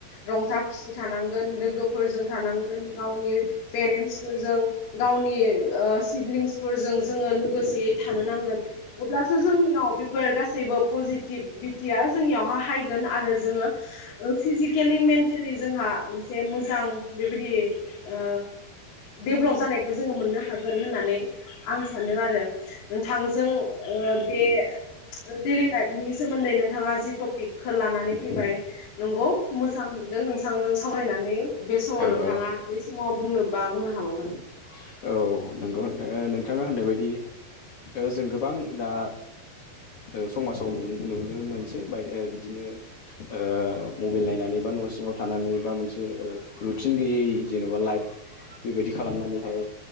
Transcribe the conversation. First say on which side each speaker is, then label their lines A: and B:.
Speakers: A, on the left; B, on the left.
A: रंजा, खुसि थानांगोन। लोगोफोरजों थानांगोन गाव गावनि पेरेन्टसफोरजों गावनि ओ सिभलिंसफोरजों जोङो लोगोसे था थानो नांगोन। अब्लासो जोंनियाव बेफोर गासैबो पजिटिभ बिटिया जोंनियावहा हाय गोन आरो जोङो ओ फिजिकेलि मेन्टेलि जोंहा मोनसे मोजां बिबायदि ओ डेभ्लप जानायखौ जोङो मोननो हागोन होननानै आं सानो आरो। नोंथांजों ओ बे डेलि लाइफनि सोमोन्दै नोंथाङा जि टपिक खो लानानै फैबाय नंगौ मोजां मोनदों नोंथांजों सावरायनानै। बे समाव
B: औ
A: नोंथाङा
B: औ
A: बे समाव बुंनोबा बुंनो हाबावगोन।
B: <inaudible> नंगौ नोंथां ओ नोंथाङा होननाय बादि ओ जों गोबां दा ओ समाजाव नु-नुनो मोनसै बाय ओ बिदिनो ओ मबाइल नायनानै बा न' सिङाव थानानै बा मोनसे ओ रुटिन गैयै जेन'बा लाइफ बेबायदि खालामनानैहाय